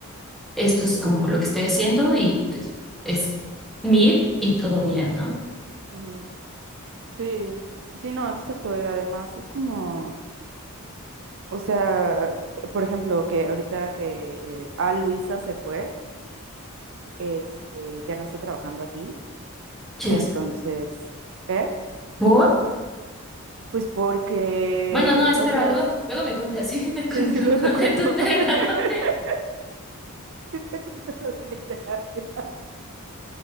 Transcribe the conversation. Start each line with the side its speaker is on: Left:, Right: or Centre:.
Centre: esto es como lo que estoy haciendo y pues, es mir y todo bien, ¿no?
Right: Ujú. Sí, sí, no, exacto. Y además es como, o sea, por ejemplo, que ahorita que eh, ah, Luisa se fue, este, ya no está trabajando aquí.
Centre: Chévere.
Right: Entonces, ¿eh?
Centre: ¿Por?
Right: Pues porque,
Centre: Bueno, no, espera,
Right: o sea,
Centre: luego, luego me cuentas, <laughs> sígueme
Right: sí,
Centre: contando
Right: sí, luego te
Centre: de
Right: cuento.
Centre: tu terapia.
Right: <laughs> Sí te cuento lo de mi terapia.